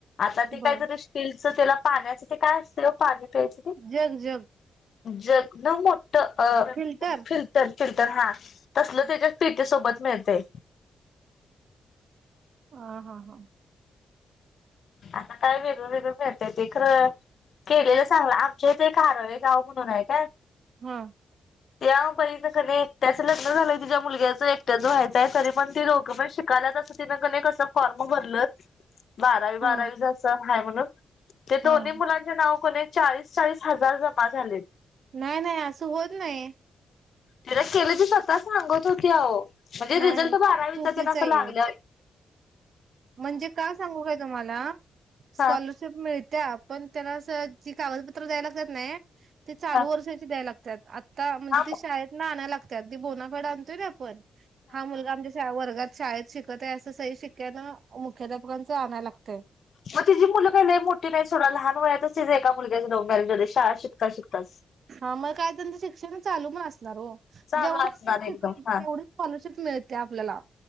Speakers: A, on the left; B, on the right.
A: आता ते
B: बर
A: कायतरी स्टीलच त्याला पाण्याचे ते काय असतय पाणी प्यायच ते
B: जग जग
A: जग न मोठं अ
B: फिल्टर
A: फिल टर फिल्टर हा तसल त्याच्या पेटी सोबत मिळतय.
B: हा हा हा
A: आता काय वेगळं वेगळ मिळतंय ते खरं केलेलं चांगलं आमच्या इथ हारळे गाव म्हणून हाय काय
B: हा
A: या बहिनीच कनी एकट्याच लग्न झालंय तिझ्या मुलग्याचं एकट्याच व्हायचय तरी पण ती दोघंपण शिक काल तस तिनं कनंय कस फॉर्म भरलत <unintelligible> बारावीस
B: हा
A: असा हाय म्हणून ते दोन्ही
B: हा
A: मुलानं त्या नाव क नाय चाळीस चाळीस हजार जमा झालेत.
B: नाय नाय असं होत नाही.
A: फिरक केली ती स्वतः सांगत होती अहो. म्हणजे
B: नाही
A: रिझल्ट
B: नाही
A: बारावीचा
B: चुकीच
A: त्यां असं
B: आहे
A: लागल्या वर
B: म्हणजे का सांगू काय तुम्हाला? स्कॉलर
A: हा
B: शिप मिळत्या, पण त्यांना ज कागपत्र द्यायला लागतात नाही. ते चालू
A: हा
B: वर्षाची द्याय लागतात. आता म्हणजे
A: हा
B: ती शाळेत ना आणाय लागतात. ती बोनाफड आणतोय ना आपण. हा मुलगा आमच्या श वर्गात शाळेत शिकत आहे असं सही शिक्यान. मुख्याध्यापकांच आणाय लागतंय.
A: म तिची मुलं काय लई मोठी नाही सोडा. लहान वयात च एका मुलग्याच लवमॉरेज झाल. शाळा शिकता शिकताच.
B: हा मग काय त्यांच शिक्षण चालू पण असणार हो.
A: चालू
B: जेवढं
A: असणार
B: आपण शिकतो.
A: एकदम
B: तेवढी
A: हा
B: स्कॉलरशिप मिळते आपल्याला.